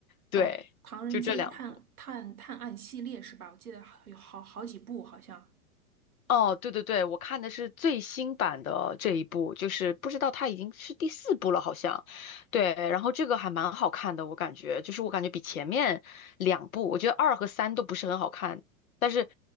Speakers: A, on the left; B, on the right.
A: 对，
B: 哦，《唐人街探探探案》系列是吧？
A: 就这两部。
B: 我记得好有好好几部，好像。
A: 哦，对对对，我看的是最新版的这一部，就是不知道它已经是第四部了，好像。对，然后这个还蛮好看的，我感觉，就是我感觉比前面两部，我觉得二和三都不是很好看，但是